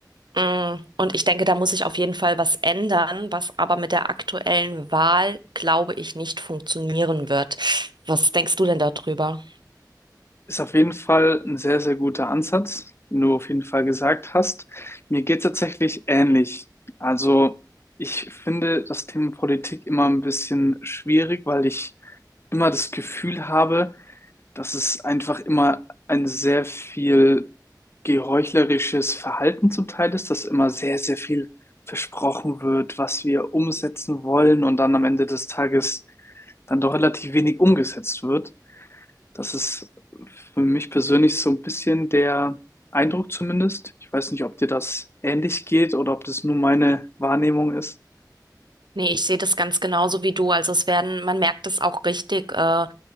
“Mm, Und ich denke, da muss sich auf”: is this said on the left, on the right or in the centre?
Right